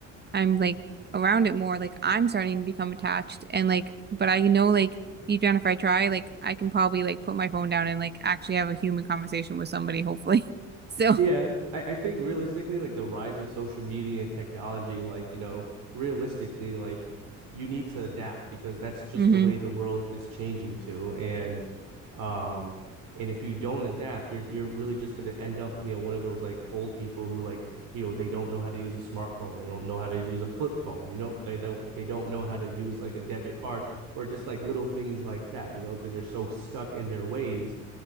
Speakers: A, on the right (about 25°); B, on the right (about 55°).
A: I'm like around it more, like I'm starting to become attached and like, but I know like deep down if I try, like I can probably like put my phone down and like actually have a human conversation with somebody, <laughs> hopefully. So,
B: Yeah, I, I think realistically, like the rise of social media and technology, like, you know, realistically, like you need to adapt because that's just
A: mm-hmm,
B: the way the world is changing to. And um and if you don't adapt, you're you're really just gonna end up, you know, one of those like old people who like, you know, they don't know how to use a smartphone, they don't know how to use a flip phone, you know, they don't they don't know how to use like a debit card or just like little things like that, you know, because they're so stuck in their ways.